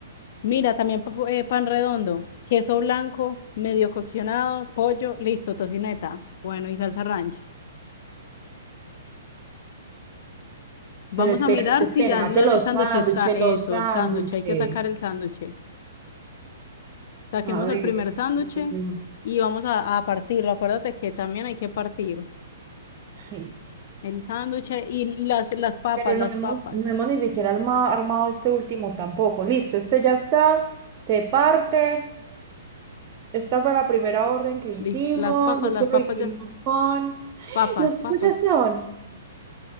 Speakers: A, on the left (about 55°); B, on the right (about 35°).
A: Mira, también pa- eh, pan redondo, queso blanco, medio coccionado, pollo, listo, tocineta. Bueno, y salsa ranch. Vamos
B: Pero espera,
A: a mirar
B: espérate,
A: si ya lo-
B: los
A: el sándwich
B: sándwiches,
A: está. Eso,
B: los sándwiches.
A: el sándwich, hay que sacar el sándwich. Saquemos
B: A ver.
A: el primer sándwich
B: em,
A: y vamos a, a partirlo. Acuérdate que también hay que partir
B: Ay,
A: el sándwich y las, las papas,
B: pero
A: las
B: no hemos,
A: papas.
B: no hemos ni siquiera alma- armado este último tampoco. Listo, este ya está, se parte. Esta fue la primera orden que hicimos.
A: Listo. Las papas,
B: Esto
A: las papas,
B: lo hicimos
A: las
B: con. <gasps>
A: papas,
B: Los otros
A: papas.
B: ya estaban.